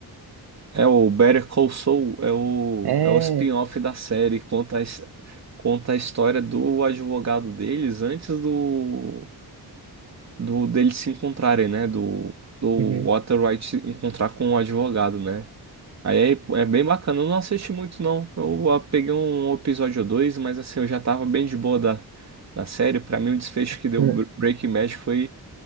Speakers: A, on the right; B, on the right.
A: É o Better Call Saul, é o,
B: É.
A: é o spin-off da série, conta a, his- conta a história do advogado deles antes do, do deles se encontrarem, né? Do, do
B: Uhum.
A: Walter White se encontrar com o advogado, né? Aí é, é bem bacana, eu não assisti muito não, eu ah, peguei um episódio ou dois, mas assim, eu já tava bem de boa da, da série, pra mim o desfecho
B: <laughs>
A: que deu Br- Breaking Bad foi,